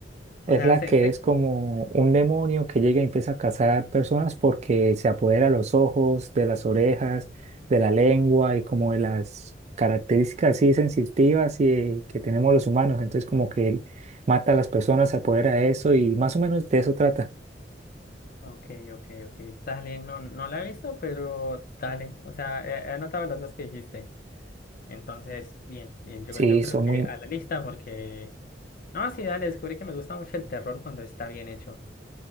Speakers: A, on the left (about 50°); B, on the right (about 40°).
A: O
B: Es
A: sea,
B: la
A: sé,
B: que
A: sé.
B: es como un demonio que llega y empieza a cazar personas porque se apodera de los ojos, de las orejas, de la lengua y como de las características así sensitivas y que tenemos los humanos. Entonces como que él mata a las personas, se apodera de eso y más o menos de eso trata.
A: Ok, ok, ok. Dale, no, no la he visto, pero dale. O sea, he, he anotado las dos que dijiste. Entonces, bien, bien. Yo,
B: Sí,
A: yo creo
B: son
A: que
B: muy...
A: a la lista, porque. No, sí, dale, descubrí que me gusta mucho el terror cuando está bien hecho.